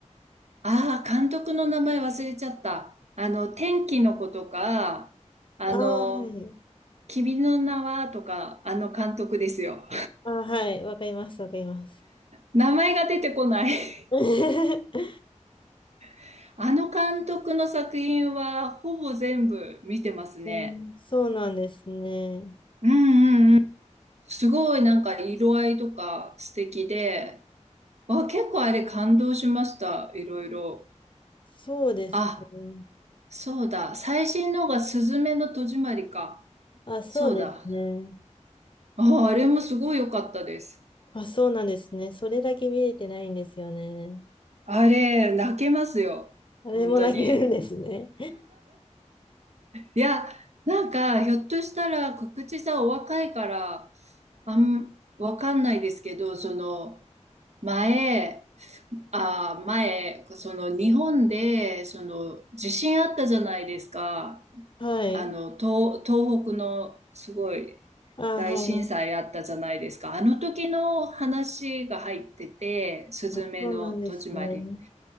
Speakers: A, on the right; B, on the left.
A: ああ、監督の名前忘れちゃった。あの、天気の子とか、あの、
B: ああ、はい。
A: 君の名はとか、あの監督ですよ。
B: ああ、はい。わかります、わかります。
A: 名前が出てこない。
B: <laughs> え
A: <laughs> あの監督の作品はほぼ全部見てますね。
B: ーそうなんですね。
A: うんうんうん。すごいなんか色合いとか素敵で、わ、結構あれ感動しました。いろいろ。
B: そうですね。
A: あ、そうだ。最新のがすずめの戸締まりか。
B: あ、そうですね。
A: そうだ。あ、あれもすごい良かったです。
B: あ、そうなんですね。それだけ見れてないんですよね。
A: あれ、泣けますよ。
B: あれも泣けるんですね。
A: 本当に。いや、なんか、ひょっとしたら、告知さんお若いから、あん、わかんないですけど、その、前、あー、前、その、日本で、その、地震あったじゃないですか。
B: はい。
A: あの、東、東北の、すごい、
B: あ、
A: 大震災あったじゃないですか。
B: はい。
A: あの時の話が入ってて、すずめの戸締まり。
B: あ、そうなんですね。